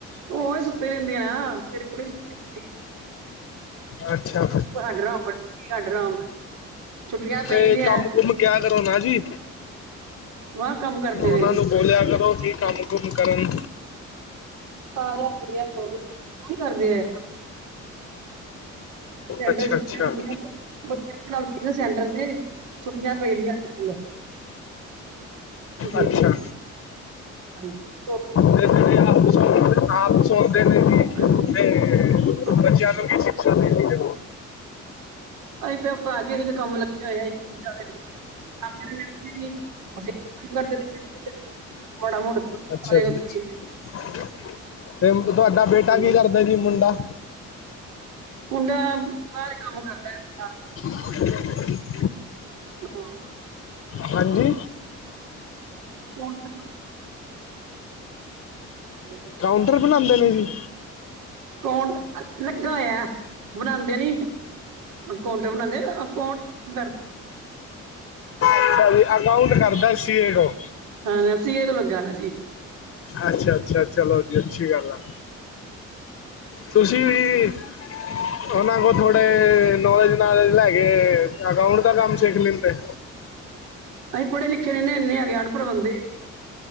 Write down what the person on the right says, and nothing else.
ਉਹੀ ਸੁੱਤੀ ਰਹਿੰਦੀ ਆਂ ਨਾ, ਮੇਰੀ ਕੁੜੀ ਸੁੱਤੀ ਰਹਿੰਦੀ।
ਹਡਰਾਮ ਬਣ ਗਈ ਹੱਡਰਾਮ। ਛੁੱਟੀਆਂ ਪਈ
ਦੀਆਂ
ਸੁਆ ਕੰਮ ਕਰਦੇ
ਨੇ।
ਖਾ ਲਿਆ, ਪੀ ਲਿਆ, ਸੋਂ ਗਏ ਓਹੀ ਕਰਦੇ ਆ। ਕਹਿੰਦੇ
ਛੁੱਟੀਆਂ
ਪਈਆਂ ਤੇ ਬੱਚੇ ਪੜਾਦੀ ਨਾ ਸੈਂਟਰ ਦੇ, ਛੁੱਟੀਆਂ ਪਈਦੀਆਂ ਸਕੂਲ।
ਨੇ। ਹਾਂਜੀ
ਹਾਂਜੀ
ਹਾਂਜੀ
ਅਸੀਂ ਪ ਭਾਜੀ ਅਜ ਅਹੀ ਤੇ ਕੰਮ ਲੱਗੇ ਹੋਏ ਆ, ਇੱਕ- <unintelligible> ਮਾੜਾ ਮੋਟਾ ਸਾਰੇ
ਅਸੀਂ
ਹਾਂਜੀ
ਮੁੰਡਾ, ਬਾਹਰ ਕੰਮ ਕਰਦਾ। ਹੈ
ਅਹਾ
<unintelligible> <unintelligible>
ਅਕਾਉੰਟ ਲੱਗਾ ਹੋਇਆ, ਬਣਾਦੇ ਨੀ। ਕਾਉੰਟਰ ਬਣਾਦੇ ਅ ਅਕਾਊਂਟ ਕਰ
ਹਾਂਜੀ, ਸਵੇਰ ਦਾ ਲੱਗਾ ਦਾ ਜੀ।
ਅਹੀਂ ਪੜ੍ਹੇ ਲਿਖੇ ਨੀ ਇੰਨੇ ਹੈਗੇ, ਅਨਪੜ੍ਹ ਬੰਦੇ ਆ।